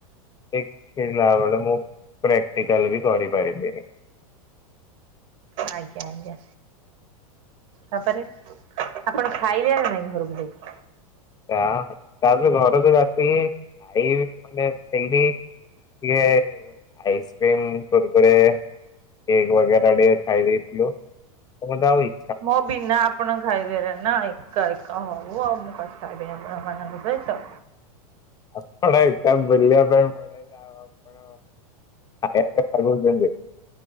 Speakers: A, on the left; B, on the right.
A: ଏ। <unintelligible> ବେଳେ ମୁଁ ପ୍ରାକ୍ଟିକାଲ ବି କରିପାରିଲିନି।
B: ଆଜ୍ଞା ଆଜ୍ଞା। ତାପରେ ଆପଣ ଖାଇଲେ ନା ନାଇଁ ଘରକୁ ଯାଇକି।
A: ତା ତାପରେ ଘରକୁ ଆସିକି ଏଇ ମାନେ ସେଇଠି ଟିକେ ଆଇସ୍କ୍ରିମ୍ କୁର୍କୁରି ଏଇ ବଗେରା ଟିକେ ଖାଇଦେଇ ଥିଲୁ। ମୋର ତ ଆଉ ଇ
B: ମୋ ବିନା ଆ ଆପଣ ଖାଇଦେଲେ ନା ଏକା ଏକା ହୋଉ ମୁଁ ଆଉ ମୁଁ କଥା ହେବିନି ଆପଣ ମାନଙ୍କ ସହିତ।
A: ଆପଣ ଏକା ବୁଲିବା ପାଇଁ ମୋ ଯାଅ ଆପଣ। ଖାଇବା କଥା କୋଉଚନ୍ତି